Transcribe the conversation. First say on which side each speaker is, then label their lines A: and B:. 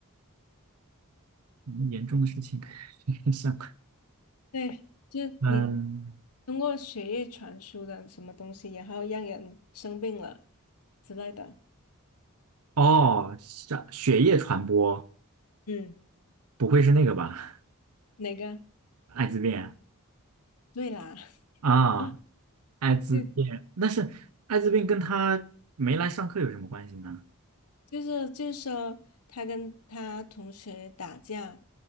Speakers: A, on the right (about 80°); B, on the left (about 80°).
A: 嗯严重的事情，<laughs> 像
B: 对。就你
A: 嗯，
B: 通过血液传输的什么东西，然后让人生病了之类的。
A: 哦，像血液传播，
B: 嗯
A: 不会是那个吧？
B: 哪个？
A: 艾滋病。
B: 对啦，
A: 啊，
B: <laughs>
A: 艾滋病，
B: 就
A: 但是艾滋病跟他没来上课有什么关系呢？
B: 就是就是说，他跟他同学打架，